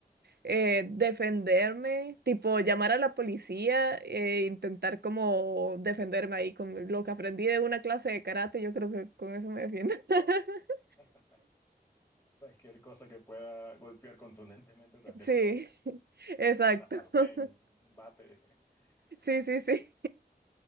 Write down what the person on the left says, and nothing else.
<laughs> Cualquier cosa que pueda golpear contundentemente también
te vale. eh,
Una sartén,
un bate, <laughs> cualquier
cosa.